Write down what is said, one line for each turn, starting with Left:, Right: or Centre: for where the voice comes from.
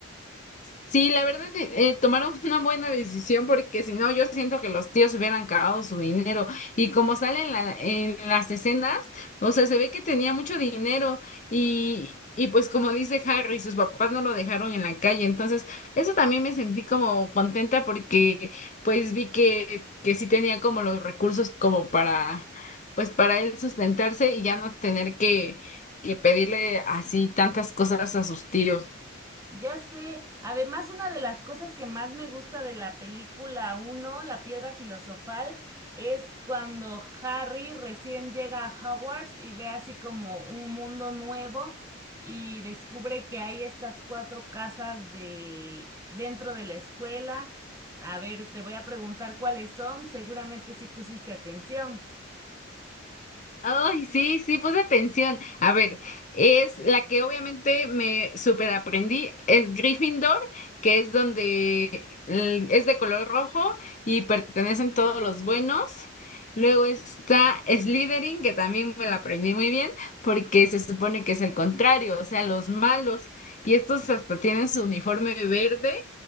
Left: Sí, la verdad, eh, eh, tomaron <laughs> una buena decisión porque si no, yo siento que los tíos hubieran cagado su dinero. Y como sale en la- en las escenas, o sea, se ve que tenía mucho dinero y, y pues como dice Harry, sus papás no lo dejaron en la calle. Entonces, eso también me sentí como contenta porque pues vi que, que sí tenía como los recursos como para, pues para él sustentarse y ya no tener que, que pedirle así tantas cosas a sus tíos.
Right: Ya sé, además una de las cosas que más me gusta de la película uno, La Piedra Filosofal, es cuando Harry recién llega a Hogwarts y ve así como un mundo nuevo y descubre que hay estas cuatro casas de dentro de la escuela. A ver, te voy a preguntar cuáles son, seguramente sí pusiste atención.
Left: Ay, sí, sí, puse atención. A ver, es la que obviamente me superaprendí es Gryffindor, que es donde eh, es de color rojo y pertenecen todos los buenos. Luego está Slytherin, que también me la aprendí muy bien, porque se supone que es el contrario, o sea, los malos. Y estos hasta tienen su uniforme verde